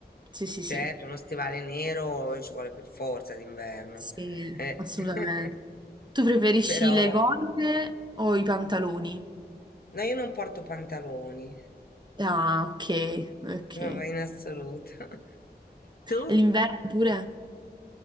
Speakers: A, on the right; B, on the left.
A: Sì, sì,
B: certo,
A: sì,
B: uno stivale nero ci vuole per forza d'inverno.
A: sì,
B: eh.
A: assolutamente.
B: <laughs>
A: Tu preferisci
B: Però,
A: le gonne o i pantaloni?
B: no, io non porto pantaloni,
A: Ah, ok, ok.
B: proprio
A: E
B: in assoluto. <laughs> Tu?
A: l'inverno pure?